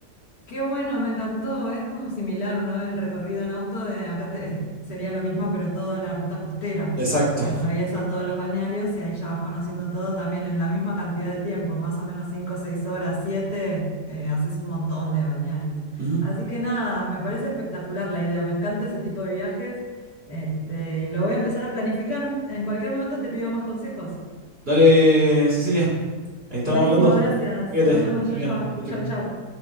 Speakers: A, on the left (about 65°); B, on the right (about 35°).
A: Qué bueno, me encantó. Es como similar, ¿no? El recorrido en auto de acá te- es- sería lo mismo, pero toda la ruta costera
B: Exacto.
A: que atraviesa todos los balnearios y ahí ya vas conociendo todo también en la misma cantidad de tiempo, más o menos 5, 6 horas, 7, haces un montón de balnearios.
B: Ujú.
A: Así que nada, me parece espectacular la idea, me encanta ese tipo de viajes, este, y lo voy a empezar a planificar. En cualquier momento te pido más consejos.
B: Dale, Cecilia. Ahí estamos
A: Buenísimo,
B: hablando.
A: gracias.
B: Fíjate,
A: Nos vemos,
B: que estés
A: yo,
B: bien.
A: yo.
B: Chau, chau.
A: Chau, chau.